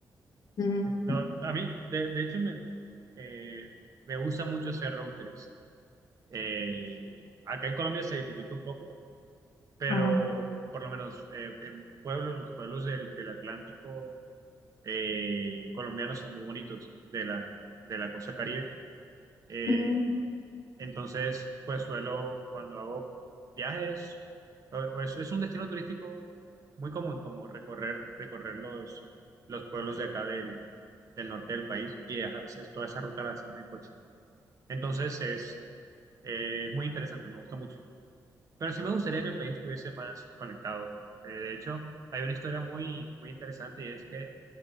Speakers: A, on the left; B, on the right.
A: Ujú,
B: No, a mí, de, de hecho, me, eh, me gusta mucho hacer road trips. Eh, acá en Colombia se dificulta un poco, pero
A: Ajá.
B: por lo menos eh, en pueblos, los pueblos del, del Atlántico eh, colombianos son muy bonitos, de la, de la costa Caribe. Eh,
A: ujú,
B: entonces, pues suelo, cuando hago viajes, o- o es, es un destino turístico muy común, como recorrer, recorrer los, los pueblos de acá del, del norte del país y ajá, es- toda esa ruta la hacemos en coche. Entonces, es, eh, es muy interesante, me gusta mucho. Pero sí me gustaría que el país estuviese más conectado. Eh, de hecho, hay una historia muy, muy interesante y es que